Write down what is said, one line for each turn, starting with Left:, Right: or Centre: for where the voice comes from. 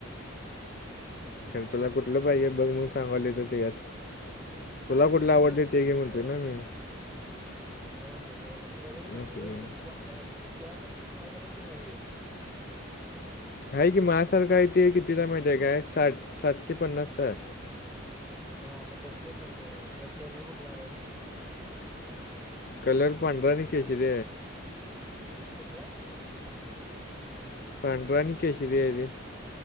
Left: खरं तुला कुठलं पाहिे बघ मण सांगाले तर ते यात. तुला
Centre: अरे
Left: कुठले
Centre: मग तू
Left: आवडते
Centre: सांग
Left: ते गे म्हणते ना मी.
Centre: असं म्हणत स मग तला तेच
Left: नोकरी
Centre: म्हणतेय कुठलं चांगलं आहे तु्यासारखं कुठलं आहे का बघ की नवीन.
Left: हा की माझासारखा आहेेत आहे कितीिला माहिती आहे काय साठ सातशे पन्नास स
Centre: हा मग तसलच मग त्यात कलर कुठला आहे.
Left: कलर पणरानी केचर
Centre: कुठला?
Left: पडराणी केशरी आहेर.